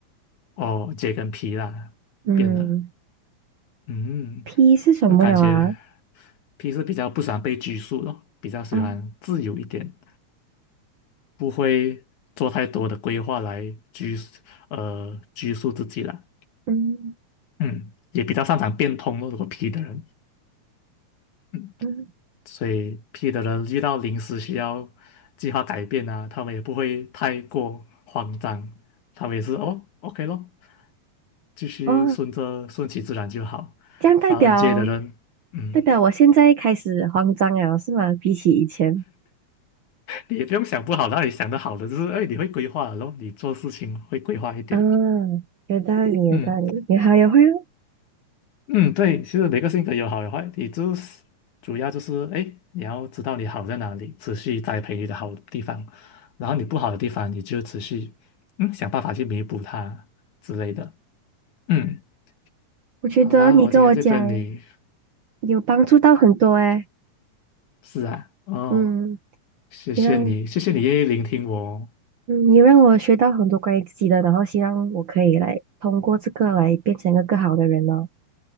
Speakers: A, on the left; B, on the right.
A: 哦，J 跟 P 啦，
B: 嗯。
A: 变了。嗯，
B: P 是什么了啊？
A: 那感觉 P 是比较不喜欢被拘束的，比较喜欢自由一点，
B: 啊，
A: 不会做太多的规划来拘束呃拘束自己了。
B: 嗯
A: 嗯，也比较擅长变通咯，如果 P 的人，嗯，
B: 嗯，
A: 所以 P 的人遇到临时需要计划改变啊，他们也不会太过慌张，他们也是哦，OK 咯，继续顺着顺其自然就好。
B: 哦，这样代表
A: 反而 J 的人，嗯。
B: 代表我现在开始慌张了，是吗？比起以前，
A: 也不用想不好，然后你想的好的就是，哎，你会规划了咯，然后你做事情会规划一点。
B: 啊，有道理，有道理，
A: 嗯
B: 你好，有会哦，
A: 嗯，对，其实每个性格有好有坏，你就是主要就是，哎，你要知道你好在哪里，持续栽培你的好地方，然后你不好的地方，你就持续嗯想办法去弥补它之类的。嗯，
B: 我觉得你跟我讲
A: 好啦，我今天就跟你
B: 有帮助到很多诶，
A: 是啊，哦，
B: 嗯，
A: 谢谢你，
B: 你让
A: 谢谢你愿意聆听我哦
B: 嗯你让我学到很多关于自己的，然后希望我可以来通过这个来变成一个更好的人哦。